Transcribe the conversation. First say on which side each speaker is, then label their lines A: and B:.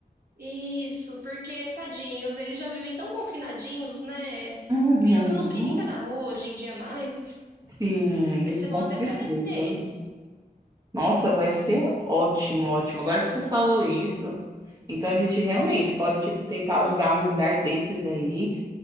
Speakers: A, on the right; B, on the right.
A: Isso, porque tadinhos, eles já vivem tão confinadinhos, né?
B: Uhum.
A: Criança não brinca na rua hoje em dia mais.
B: Sim,
A: Vai ser bom
B: com
A: até
B: certeza.
A: para eles.
B: Nossa, vai ser ótimo, ótimo. Agora que você falou isso, então a gente realmente pode, tipo, tentar alugar um lugar desses aí.